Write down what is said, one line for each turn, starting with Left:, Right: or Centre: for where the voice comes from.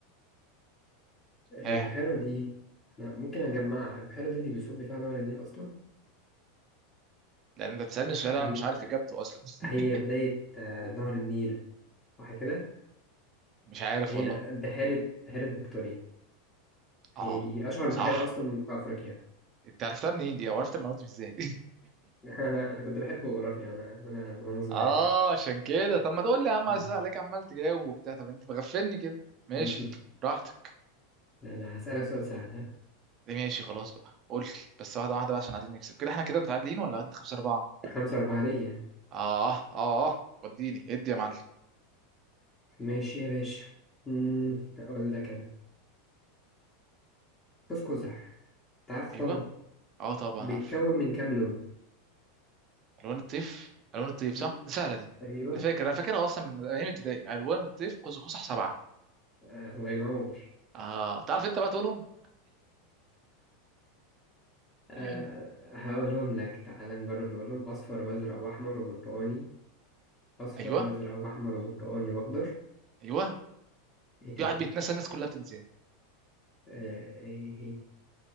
Left: البحيرة
Right: ها
Left: دي أنا ممكن أجمعها البحيرة دي اللي بيصب فيها نهر النيل أصلا
Right: لان انت بتسألني سؤال
Left: هي
Right: انا مش عارف اجابته اصلا
Left: هي
Right: <laughs>
Left: بداية آه، نهر النيل صح كده
Right: مش عارف
Left: هي
Right: والله
Left: بحيرة بحيرة فيكتوريا هي
Right: اه
Left: دي أشهر
Right: صح
Left: بحيرة أصلا في أفريقيا
Right: انت عرفتها منين دي او عرفت المعلومه دي ازاي
Left: <laughs> أنا أنا كنت بحب جغرافيا وأنا وأنا وأنا
Right: <laughs>
Left: صغير
Right: اه
Left: يعني
Right: عشان كده طب ما تقول لي يا عم
Left: <laughs> مم.
Right: على اساس عليك عمال تجاوب وبتاع طب انت مغفلني كده ماشي
Left: مم.
Right: براحتك
Left: لا لا هسألك سؤال سهل ها
Right: ماشي خلاص بقى قول لي بس واحده واحده بقى عشان عايزين نكسب كده احنا كده متعادلين ولا انت خمسة أربعة
Left: خمسة أربعة ليا
Right: اه اه اه وديني ادي يا معلم
Left: ماشي يا باشا مم، أقول لك أنا قوس قزح أنت عارفه
Right: ايوه
Left: طبعا
Right: اه طبعا
Left: بيتكون
Right: عارف
Left: من كام لون؟
Right: الوان الطيف الوان الطيف
Left: مم.
Right: صح دي سهله دي
Left: أيوه
Right: انا فاكر انا فاكرها اصلا من من ايام ابتدائي الوان الطيف قوس قزح سبعه
Left: آه، الله ينور
Right: اه تعرف انت بقى تقولهم
Left: أه
Right: <laughs>
Left: هقولهم لك تعالى نجرب نقولهم أصفر وأزرق وأحمر وبرتقاني أصفر
Right: ايوه
Left: وأزرق وأحمر وبرتقاني وأخضر
Right: ايوه
Left: إيه تاني؟
Right: قاعد بيتنسى الناس كلها بتنساه
Left: أه إيه إيه